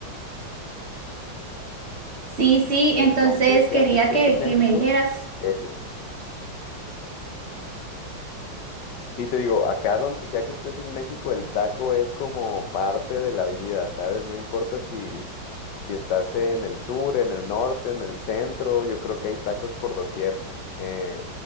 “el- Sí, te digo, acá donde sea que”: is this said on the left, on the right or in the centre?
Left